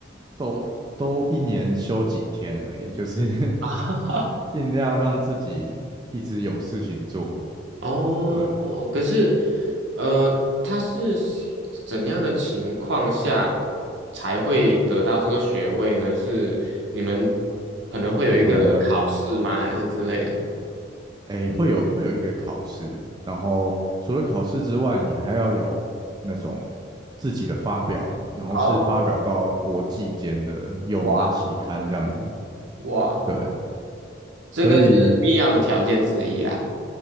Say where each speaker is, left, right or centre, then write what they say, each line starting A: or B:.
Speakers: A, on the right; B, on the right.
A: 都都一年休几天而已，就是 <laughs>
B: <laughs> 哈。
A: 尽量让自己一直有事情做。
B: 哦，
A: 对啊，
B: 可是，呃，他是怎样的情况下才会得到这个学位呢？是你们可能会有一个考试吗？
A: 哎，我们
B: 还是之类的？
A: 诶，会有会有一个考试，然后除了考试之外，你还要有那种自己的发表，然后是发表到国际间的有名的期刊这样子。
B: 哦，哇哇，
A: 对，
B: 这个是必要的条件之一啦。
A: 所以